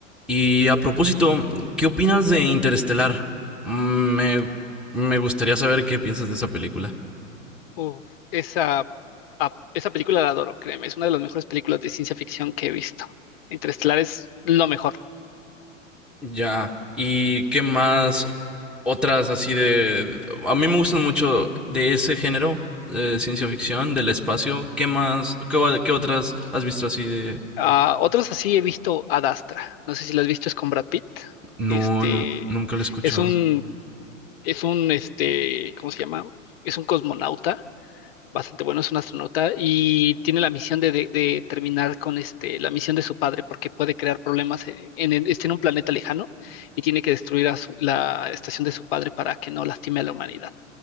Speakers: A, in the centre; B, on the left.
A: Y a propósito, ¿qué opinas de Interestelar? Me, me gustaría saber qué piensas de esa película.
B: Uf, esa, a- esa película la adoro, créeme, es una de las mejores películas de ciencia ficción que he visto. Interestelar es lo mejor.
A: Ya. ¿Y qué más? Otras así de... A mí me gustan mucho de ese género, de ciencia ficción, del espacio. ¿Qué más? ¿Qué, o- qué otras has visto así de...?
B: Ah, otros así he visto Ad Astra, no sé si lo has visto, es con Brad Pitt.
A: No,
B: Este,
A: no, nunca lo he escuchado.
B: es un, es un, este, ¿cómo se llama? Es un cosmonauta bastante bueno, es un astronauta y tiene la misión de, de- de terminar con este, la misión de su padre porque puede crear problemas en, en, en- está en un planeta lejano y tiene que destruir a su- la estación de su padre para que no lastime a la humanidad.